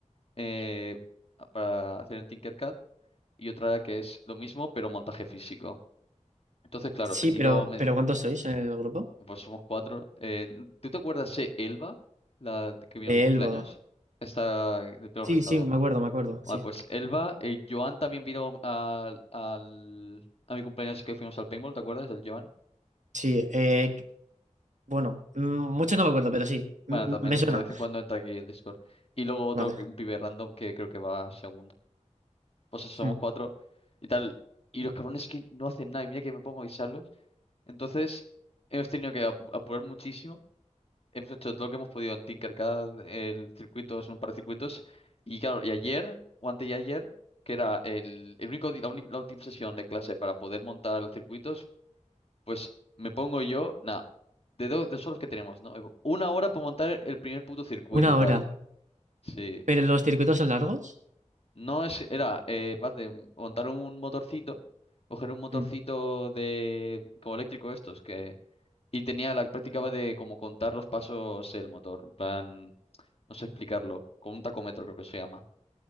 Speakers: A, on the left; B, on the right.
A: eh, para hacer en Tinkercad y otra que es lo mismo, pero montaje físico. Entonces, claro,
B: Sí,
A: me tiro,
B: pero,
A: me,
B: pero ¿cuántos sois en el grupo?
A: pues somos cuatro. Eh, ¿tú te acuerdas de Elba, la que vino
B: De
A: a mi cumpleaños?
B: Elba.
A: está de pelo
B: Sí,
A: rizado.
B: sí, me acuerdo, me acuerdo,
A: Vale,
B: sí.
A: pues Elba, eh, Joan también vino al, al- a mi cumpleaños que fuimos al paintball, ¿te acuerdas? El Joan.
B: Sí, eh, bueno, mm, mucho no me acuerdo, pero sí,
A: Bueno,
B: mm, mm,
A: también
B: me suena.
A: de vez en cuando entra aquí el Discord. Y luego otro,
B: Vale.
A: que- un pibe random que creo que va segundo. Pues eso, somos
B: Mm.
A: cuatro y tal. Y los cabrones que no hacen nada, y mira que me pongo a avisarlos. Entonces, hemos tenido que ap- apurar muchísimo. Hemos hecho todo lo que hemos podido en Tinkercad, el circuito, son un par de circuitos. Y claro, y ayer, o antes de ayer, que era el, el único, di- la, única- la última sesión de clase para poder montar los circuitos, pues me pongo yo, nada, de dos, dos horas que tenemos, ¿no? Una hora para montar el primer puto circuito,
B: Una
A: tal.
B: hora.
A: Sí.
B: ¿Pero los circuitos son largos?
A: No es, era, eh, paz de montar un motorcito, coger un motorcito
B: Mm.
A: de, como eléctrico estos, que, y tenía la práctica de como contar los pasos el motor, en plan, no sé explicarlo, con un tacómetro creo que se llama.